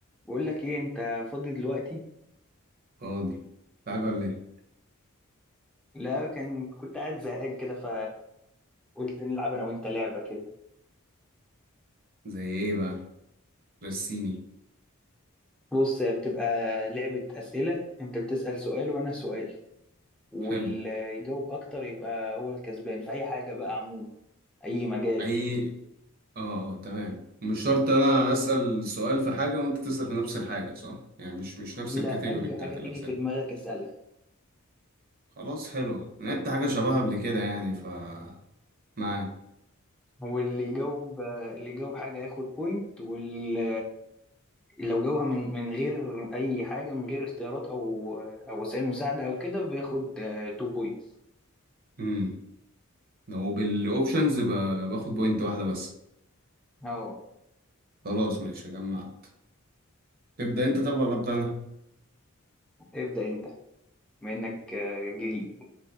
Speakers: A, in the centre; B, on the right.
A: بقول لك ايه انت فاضي دلوقتي
B: فاضي تعالى ولا ايه
A: لا كان كنت قاعد زهقان كده ف قلت نلعب انا وانت لعبه كده
B: زي ايه بقى رسيني
A: بص هي بتبقى لعبه اسئله انت بتسال سؤال وانا سؤال واللي
B: حلو
A: يجاوب اكتر يبقى هو الكسبان في اي حاجه بقى عموما اي مجال
B: اي اه اه تمام مش شرط انا اسأل سؤال في حاجة وانت تسأل في نفس الحاجة صح يعني مش مش نفس
A: لا
B: الكاتيجوري
A: اي
B: بتاعت
A: حاجه تيجي
B: الأسئلة
A: في دماغك اسالها
B: خلاص حلو لعبت حاجة شبهها قبل كده يعني ف معاك
A: واللي يجاوب اللي يجاوب حاجه ياخد بوينت واللي لو جاوبها من من غير اي حاجه من غير اختيارات او او وسائل مساعده او كده بياخد 2 بوينت
B: امم لو بالاوبشنز ب... باخد بوينت واحدة بس
A: اهو
B: خلاص ماشي جمعت تبدأ انت طب ولا ابدأ انا
A: ابدأ انت بما انك آه، جديد